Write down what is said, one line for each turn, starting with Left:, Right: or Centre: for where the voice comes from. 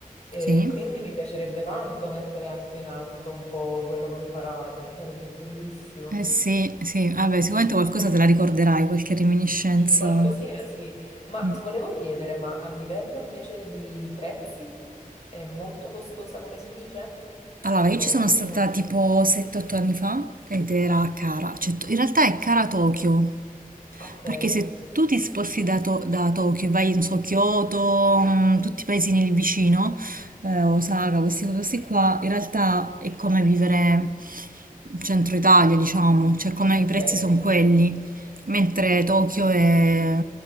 Left: E
Right: sì.
Left: quindi mi piacerebbe tanto mettere anche in atto un po' quello che ho imparato, sarebbe bellissimo.
Right: Eh sì, sì, vabbè, sicuramente qualcosa te la ricorderai, qualche reminiscenza.
Left: Sì, qualcosina, sì. Ma
Right: Mm.
Left: ti volevo chiedere, ma a livello invece di prezzi è molto costosa, come si dice?
Right: Allora,
Left: Come
Right: io ci sono
Left: lezione?
Right: stata tipo 7-8 anni fa ed era a cara, cioè to- in realtà è cara Tokyo,
Left: Ok.
Right: perché se tu ti sposti da, To- da Tokyo e vai, non so, Kyoto, mm, tutti i paesini lì vicino, eh, Osaka,
Left: Mhm.
Right: questi questi qua, in realtà è come vivere in centro Italia, diciamo, cioè come
Left: Ok.
Right: i prezzi sono quelli, mentre Tokyo è,